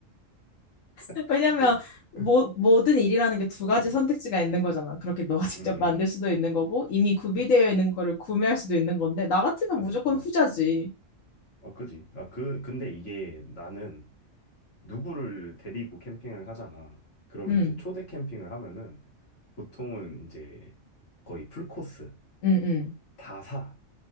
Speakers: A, on the left (about 85°); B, on the left (about 65°).
A: <laughs>
B: <laughs>
A: 왜냐면
B: 근데 음,
A: 뭐 모든 일이라는 게 두 가지
B: 음,
A: 선택지가 있는 거잖아. 그렇게 너가 <laughs> 직접
B: 음.
A: 만들 수도 있는 거고 이미 구비되어
B: 음.
A: 있는 거를 구매할 수도 있는 건데 나 같으면
B: 아,
A: 무조건
B: 근데 어,
A: 후자지.
B: 어, 그지. 아, 그 근데 이게 나는 누구를 데리고 캠핑을 하잖아. 그러면
A: 응,
B: 이제 초대 캠핑을 하면은 보통은 이제 거의 풀코스
A: 응, 응,
B: 다 사.